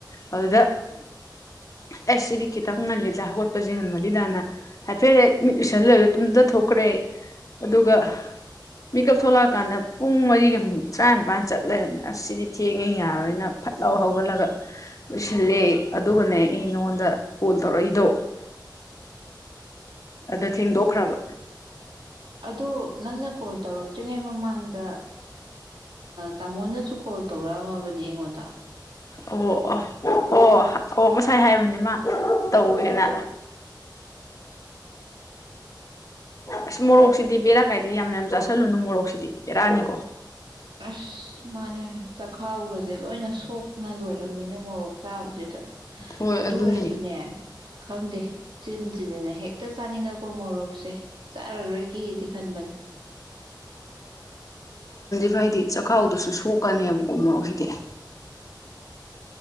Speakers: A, on the left; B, on the right.
A: ꯑꯗꯨꯗ ꯑꯁ ꯁꯤꯗꯤ ꯈꯤꯇꯪ ꯉꯜꯂꯤꯗ ꯍꯧꯒꯠꯄꯁꯦ ꯉꯃꯜꯂꯤꯗꯥꯅ ꯍꯥꯏꯐꯦꯠ ꯍꯦꯛ ꯃꯤꯠ ꯎꯏꯁꯜꯂꯕ ꯇꯨꯡꯗ ꯊꯣꯛꯈ꯭ꯔꯦ ꯑꯗꯨꯒ ꯃꯤꯀꯞ ꯊꯣꯛꯂꯛꯑꯀꯥꯟꯗ ꯄꯨꯡ ꯃꯔꯤꯒ ꯃꯤꯅꯤꯠ ꯇꯔꯥꯅꯤꯄꯥꯟ ꯆꯠꯂꯦꯅ ꯑ ꯁꯤꯗꯤ ꯊꯦꯡꯉꯦ ꯌꯥꯔꯣꯏꯅ ꯐꯠ ꯂꯥꯎ ꯍꯧꯒꯠꯂꯒ ꯂꯣꯏꯁꯤꯜꯂꯦ ꯑꯗꯨꯒꯅꯦ ꯑꯩ ꯅꯉꯣꯟꯗ ꯀꯣꯜ ꯇꯧꯔꯛꯏꯗꯣ ꯑꯗ ꯊꯤꯡꯗꯣꯈ꯭ꯔꯕ
B: ꯑꯗꯨꯗꯣ ꯅꯪꯅ ꯀꯣꯜ ꯇꯧꯔꯛꯇ꯭ꯔꯤꯉꯩ ꯃꯃꯥꯡꯗ ꯇꯥꯃꯣꯅꯁꯨ ꯀꯣꯜ ꯇꯧꯔꯛꯑꯝꯃꯕꯅꯦ ꯑꯩꯉꯣꯟꯗ
A: ꯑꯣ ꯑꯣ ꯑꯣ ꯑꯣ ꯉꯁꯥꯏ ꯍꯥꯏꯕꯅꯤꯃ ꯇꯧꯋꯦꯅ ꯑꯁ ꯃꯣꯔꯣꯛꯁꯤꯗꯤ ꯕꯦꯔꯥ ꯀꯥꯏꯗ ꯌꯥꯝ ꯃ ꯌꯥꯝ ꯆꯥꯥꯁꯜꯂꯨꯅꯨ ꯃꯣꯔꯣꯛꯁꯤꯗꯤ ꯕꯦꯔꯥꯑꯅꯤꯀꯣ
B: ꯑꯁ ꯃꯥꯅꯦ ꯆꯈꯥꯎꯒꯁꯦ ꯂꯣꯏꯅ ꯁꯣꯛꯅ ꯂꯣꯏꯔꯕꯝꯅꯤꯅꯦ ꯃꯣꯔꯣꯛ ꯆꯥꯕꯁꯤꯗ
A: ꯍꯣꯏ
B: ꯑꯗꯨ
A: ꯑꯗꯨꯅꯦ
B: ꯑꯣꯏꯔꯁꯨꯅꯦ ꯈꯪꯗꯦ ꯆꯤꯟꯁꯤꯗꯅꯦ ꯍꯦꯛ ꯍꯦꯛꯇ ꯆꯥꯅꯤꯡꯉꯛꯄ ꯃꯣꯔꯣꯛꯁꯦ ꯆꯥꯔꯔꯣꯏꯒꯦꯗꯤ ꯈꯟꯕꯅꯤ
A: ꯁ ꯍꯥꯏꯗꯤ ꯆꯥꯛꯈꯥꯎꯗꯨꯁꯨ ꯁꯣꯛꯀꯅꯦꯕꯀꯣ ꯃꯣꯔꯣꯛꯁꯤꯗꯤ